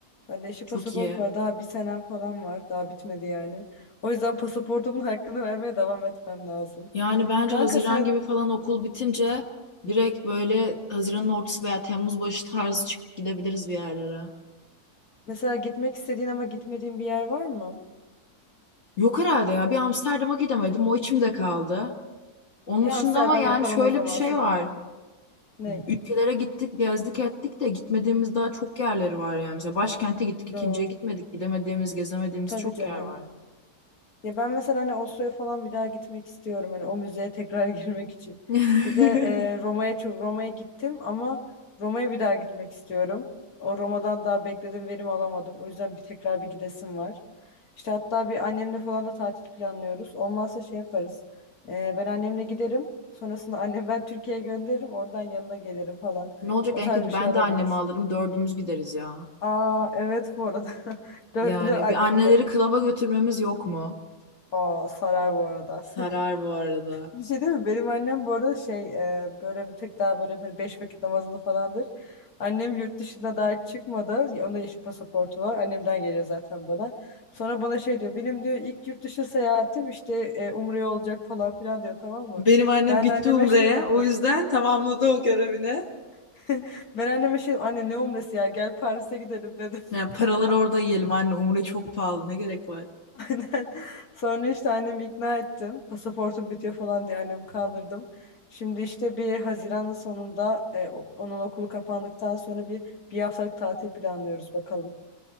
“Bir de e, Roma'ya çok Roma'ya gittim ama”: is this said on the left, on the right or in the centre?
Left